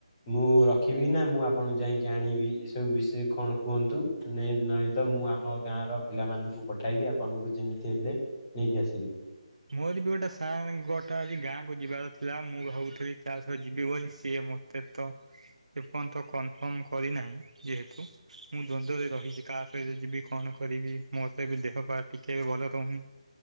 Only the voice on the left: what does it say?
ମୁଁ ରଖିବି ନାଁ ମୁଁ ଆପଣଙ୍କୁ ଯାଇକି ଆଣିବି ଏସବୁ ବିଷୟ କଣ କୁହନ୍ତୁ। ତ୍ ନେ ନହିଁ ତ ମୁଁ ଆମ ଗାଁର ପିଲାମାନଙ୍କୁ ପଠାଇବି ଆପଣଙ୍କୁ ଯେମିତି ହେଲେ ନେଇକି ଆସିବେ।